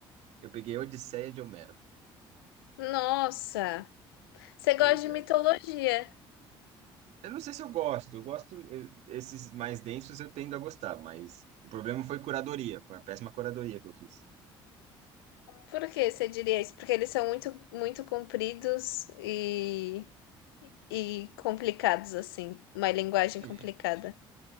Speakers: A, on the right; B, on the left.
A: eu peguei a Odisseia de Homero.
B: Nossa, você gosta
A: Pois
B: de
A: é.
B: mitologia.
A: Eu não sei se eu gosto. Eu gosto, eu- esses mais densos eu tendo a gostar, mas o problema foi curadoria. Foi a péssima curadoria que eu fiz.
B: Por que você diria isso? Porque eles são muito, muito compridos e, e complicados, assim. Uma linguagem
A: É.
B: complicada.